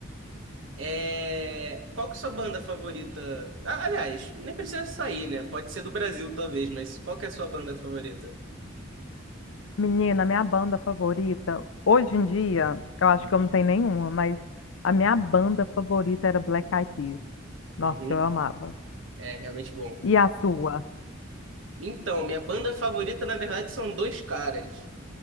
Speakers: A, on the right (about 70°); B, on the left (about 70°).
A: é... qual que é a sua banda favorita? Ah, aliás, nem precisa sair, né? Pode ser do Brasil, talvez, mas qual que é a sua banda favorita?
B: Menina, minha banda favorita, hoje em dia, eu acho que eu não tenho nenhuma, mas a minha banda favorita era Black Eyed Peas. Nossa,
A: Uhum.
B: eu amava.
A: É realmente bom.
B: E a sua?
A: Então, minha banda favorita, na verdade, são dois caras.